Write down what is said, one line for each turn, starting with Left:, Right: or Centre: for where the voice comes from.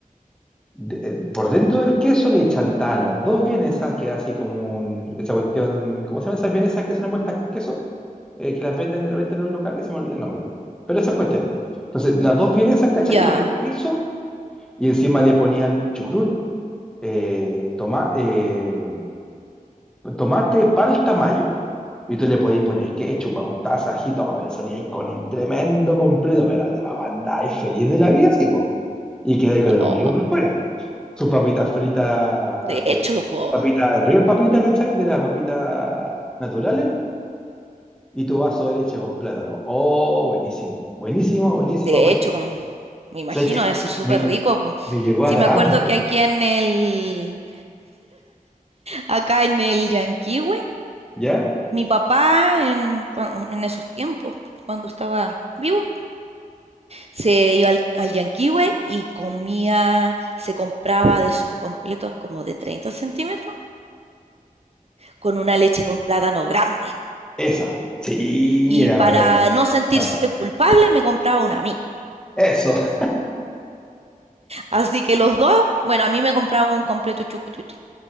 Centre: De- eh, por dentro del queso le chantaban las dos vienesas, que era así como un- esa cuestión, ¿cómo se llaman esas vienesas que son envueltas con queso? Eh, que las venden de repente en los locales, se me olvida el nombre. Pero esas cuestiones. Entonces, las dos vienesas, ¿cachai?
Right: Ya.
Centre: Con el queso y encima le ponían chucrut, eh, toma- eh, Tomate, palta, mayo. Y tú le podías poner ketchup, mostaza, ají, todo, pero salíais con un tremendo completo, pero te la mandáis feliz de la vida, sí, po. Y quedáis con
Right: No,
Centre: el ombligo por fuera. Sus papitas fritas,
Right: de hecho,
Centre: eh,
Right: po,
Centre: papitas, real papita, ¿cachai? De las papitas naturales. Y tu vaso de leche con plátano. Oh, buenísimo, buenísimo, buenísimo,
Right: De
Centre: bueno.
Right: hecho, me imagino
Centre: ¿Sabes qué?
Right: debe ser súper
Centre: Me,
Right: rico. po.
Centre: me llegó
Right: Sí,
Centre: a dar
Right: me acuerdo
Centre: hambre,
Right: que aquí en el, acá en el Llanquihue,
Centre: ¿ya?
Right: mi papá en, cuan- en esos tiempos, cuando estaba vivo, se iba al, al Llanquihue y comía, se compraba de esos completos como de 30 centímetros, con una leche con plátano grande.
Centre: Esa. Sí,
Right: Y
Centre: era
Right: para
Centre: maravillosa.
Right: no sentirse culpable, me compraba una a mí.
Centre: Eso. <laughs>
Right: Así que los dos, bueno, a mí me compraba un completo chucutito.